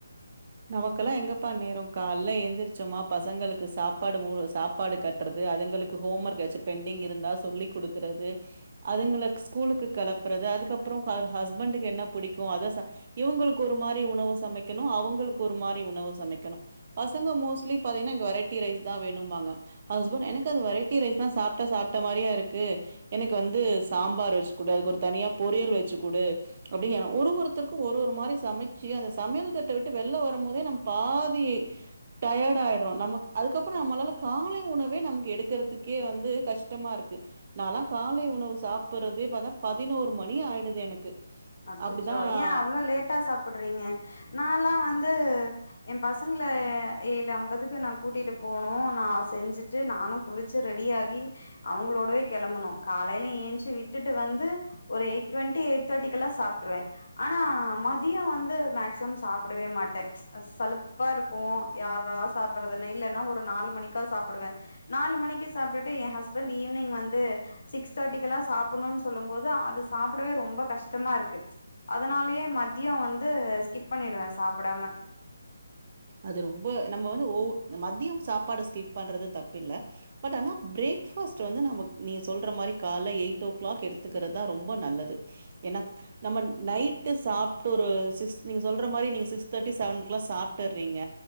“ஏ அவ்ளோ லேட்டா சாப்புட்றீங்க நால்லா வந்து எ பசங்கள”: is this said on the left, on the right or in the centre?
Left